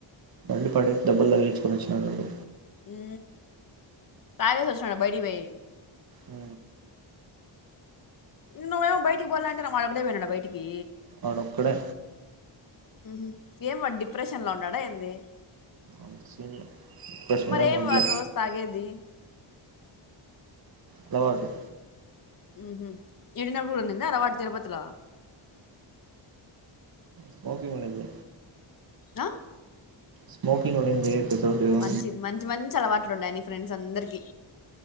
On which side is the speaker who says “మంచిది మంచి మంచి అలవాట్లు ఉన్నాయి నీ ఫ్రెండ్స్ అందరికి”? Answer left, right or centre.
Left